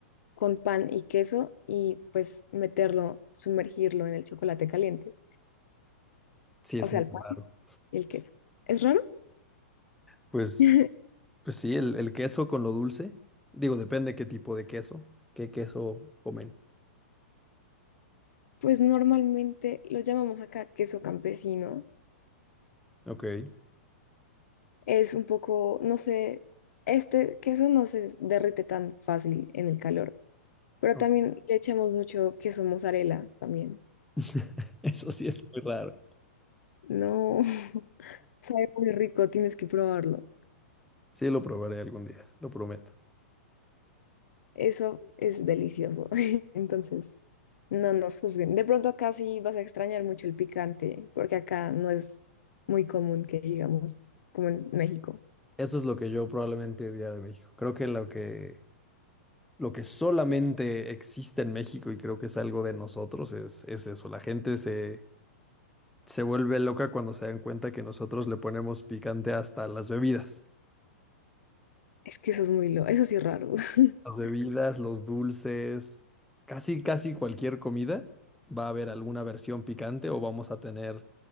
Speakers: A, on the left (about 75°); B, in the centre.
A: con pan y queso y pues meterlo, sumergirlo en el chocolate caliente,
B: Sí,
A: o
B: es
A: sea,
B: muy
A: el pan
B: raro.
A: y el queso. ¿Es raro?
B: Pues,
A: <laughs>
B: pues sí, el, el queso con lo dulce. Digo, depende qué tipo de queso, qué queso comen.
A: Pues normalmente lo llamamos acá queso campesino.
B: Ok.
A: Es un poco, no sé, este queso no se derrite tan fácil en el calor, pero
B: ok.
A: también le echamos mucho queso mozzarella también.
B: <laughs> Eso sí es muy raro.
A: No, <laughs> sabe muy rico, tienes que probarlo.
B: Sí, lo probaré algún día, lo prometo.
A: Eso es delicioso. <laughs> Entonces, no nos juzguen. De pronto acá sí vas a extrañar mucho el picante, porque acá no es muy común que digamos, como en México.
B: Eso es lo que yo probablemente diría de México. Creo que lo que, lo que solamente existe en México y creo que es algo de nosotros es, es eso. La gente se, se vuelve loca cuando se dan cuenta que nosotros le ponemos picante hasta las bebidas.
A: Es que eso es muy lo, eso sí es raro. <laughs>
B: Las bebidas, los dulces, casi, casi cualquier comida va a haber alguna versión picante o vamos a tener